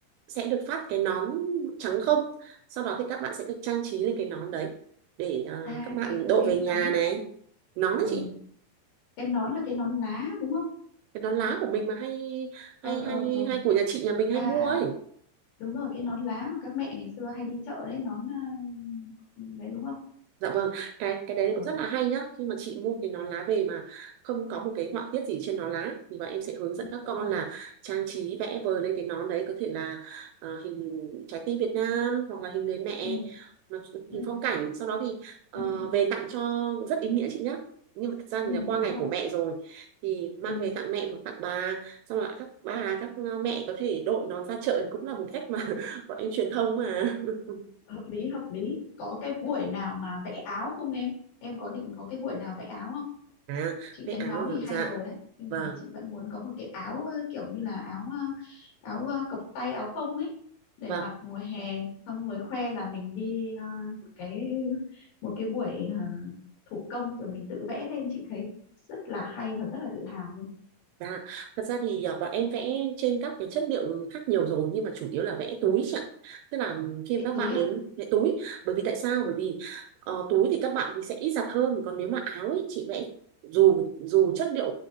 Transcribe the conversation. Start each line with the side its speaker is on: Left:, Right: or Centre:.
Right: sẽ được phát cái nón trắng không. Sau đó thì các bạn sẽ được trang trí lên cái nón đấy để ờ,
Left: à
Right: các bạn
Left: cái
Right: đội
Left: cái
Right: về nhà
Left: nón
Right: này. Nón ấy
Left: ừ.
Right: chị,
Left: cái nón là cái nón lá đúng không
Right: cái nón lá của mình mà hay hay
Left: ờ ờ
Right: hay
Left: ờ
Right: hay của nhà chị nhà mình
Left: à
Right: hay mua ấy.
Left: đúng rồi cái nón lá mà các mẹ ngày xưa hay đi chợ đấy nón à, đấy đúng không
Right: Dạ vâng, cái cái đấy
Left: ờ
Right: cũng rất là hay nhá. Khi mà chị mua cái nón lá về mà không có một cái họa tiết gì trên nón lá thì bọn em sẽ hướng dẫn
Left: ừ,
Right: các
Left: đúng
Right: con
Left: rồi
Right: là trang trí vẽ vời lên cái nón đấy có thể là ờ, hình trái tim Việt Nam hoặc là hình người mẹ,
Left: ừ,
Right: nó,
Left: ừ,
Right: hình phong cảnh. Sau đó thì ờ,
Left: ừ, ừ,
Right: về tặng cho rất ý nghĩa chị nhá. Nhưng mà thật ra
Left: ừ,
Right: thì là qua
Left: đúng
Right: ngày
Left: rồi
Right: của mẹ rồi thì mang
Left: ừ.
Right: về tặng mẹ hoặc tặng bà, xong rồi các bà các ờ, mẹ có thể đội nón ra chợ thì cũng là một cách mà <laughs> bọn em truyền thông mà. <laughs>
Left: hợp lý hợp lý có cái buổi nào mà vẽ áo không em em có định có cái buổi nào vẽ áo không
Right: À,
Left: chị
Right: vậy
Left: thấy
Right: áo
Left: nón thì
Right: dạ
Left: hay rồi đấy nhưng
Right: vâng
Left: mà chị vẫn muốn có một cái áo ờ, kiểu như là áo ờ, áo ờ, cộc tay áo phông ấy để
Right: vâng
Left: mặc mùa hè xong rồi khoe là mình đi ờ, một cái một cái buổi ờ, thủ công rồi mình tự vẽ lên chị thấy rất là hay và rất là tự hào luôn
Right: Dạ, thật ra thì à, bọn em vẽ trên các cái chất liệu khác nhiều rồi nhưng mà chủ yếu là vẽ túi
Left: ừ.
Right: chị ạ. Tức là khi
Left: Cái
Right: mà các bạn
Left: túi à
Right: đến vẽ túi, bởi vì tại sao?
Left: ừ.
Right: Bởi vì ờ, túi thì các bạn thì sẽ ít giặt hơn, còn nếu mà áo ấy chị vẽ dù dù chất liệu